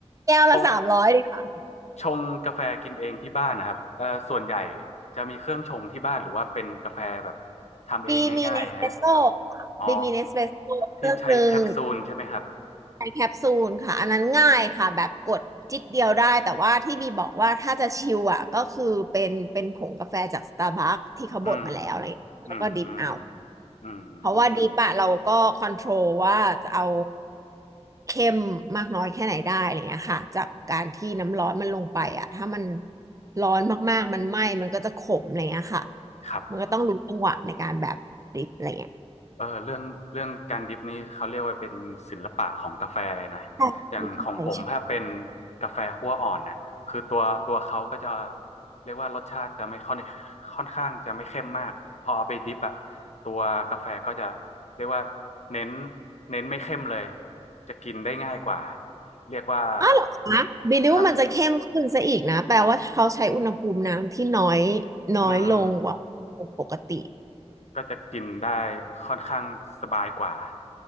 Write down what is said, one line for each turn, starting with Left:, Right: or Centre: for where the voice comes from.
Right: แก้วละสามร้อยดีกว่า
Left: ชงชงกาแฟกินเองที่บ้านนะครับเอ่อส่วนใหญ่จะมีเครื่องชงที่บ้านหรือว่าเป็นกาแฟแบบทำเองง่ายๆฮะ
Right: บีมีเนสเปรสโซ่
Left: อ๋อ
Right: บีมีเนสเปรสโซ่เครื่องหนึ่ง
Left: ที่ใช้แคปซูลใช่ไหมครับ
Right: ในแคปซูลค่ะอันนั้นง่ายค่ะแบบกดจิ๊ดเดียวได้แต่ว่าที่บีบอกว่าถ้าจะชิลอ่ะก็คือเป็นเป็นผงกาแฟจากสตาร์บัคที่เขาบดมาแล้วอะไรอย่างเงี้ยแล้วก็ดริปเอา
Left: อืมอืมอื
Right: เพราะว่าดริปอะเราก็คอนโทรลว่าจะเอา
Left: ม
Right: เข้มมากน้อยแค่ไหนได้อะไรเงี้ยค่ะจากการที่น้ำร้อนมันลงไปอะถ้ามันร้อนมากๆมันไหม้มันก็จะขมอะไรเงี้ยค่ะ
Left: ครับ
Right: มันก็ต้องรู้จังหวะในการแบบดริปอะไรเงี้ย
Left: เออเรื่องเรื่องการดริปนี้เขาเรียกว่าเป็นศิลปะของกาแฟเลยนะ
Right: ใช่ใช่ใช่
Left: อย่างของผมถ้าเป็นกาแฟคั่วอ่อนน่ะคือตัวตัวเขาก็จะเรียกว่ารสชาติจะไม่ค่อนค่อนข้างจะไม่เข้มมากพอเอาไปดริปอะตัวกาแฟก็จะเรียกว่าเน้นเน้นไม่เข้มเลยจะกินได้ง่ายกว่า เรียกว่า
Right: อ้าวเหรอคะบีดิวมันจะเข้มขึ้นซะอีกนะแปลว่าเขาใช้อุณหภูมิน้ำที่น้อย
Left: ครับ
Right: น้อยลงกว่าอุณหภูมิปกติ
Left: อืมก็จะกินได้ค่อนข้างสบายกว่า